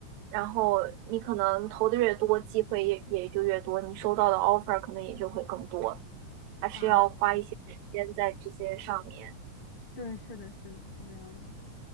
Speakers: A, on the right (about 80°); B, on the left (about 50°).
A: 然后你可能投的越多，机会也也就越多，你收到的 offer 可能也就会更多，还是要花一些时间在这些上面。
B: 啊，那对，是的，是的，是这样的，